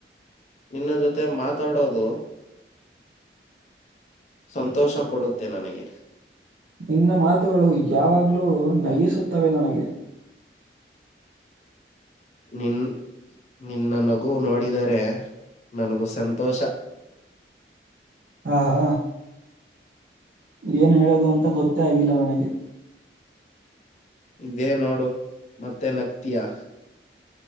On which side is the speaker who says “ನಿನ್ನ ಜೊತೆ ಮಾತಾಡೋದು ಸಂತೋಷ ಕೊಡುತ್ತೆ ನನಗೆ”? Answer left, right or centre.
Left